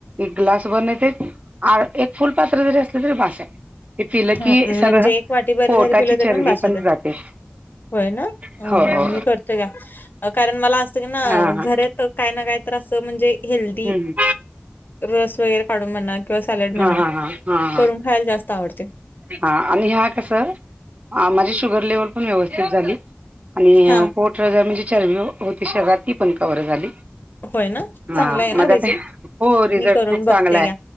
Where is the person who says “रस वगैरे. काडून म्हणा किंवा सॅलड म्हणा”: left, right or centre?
Left